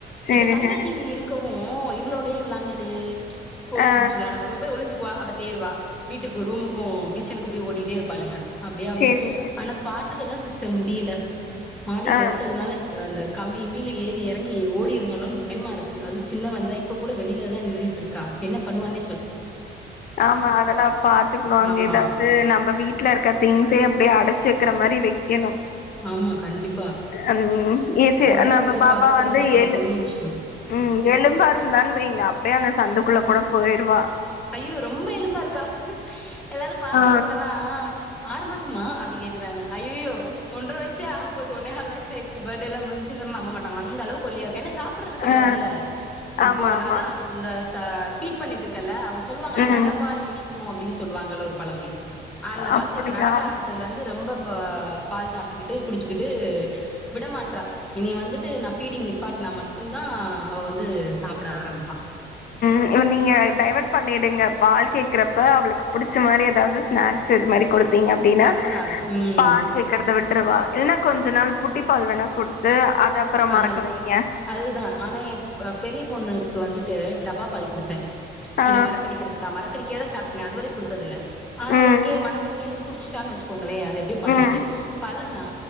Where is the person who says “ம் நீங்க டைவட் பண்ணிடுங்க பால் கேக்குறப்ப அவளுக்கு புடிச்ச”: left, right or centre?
Left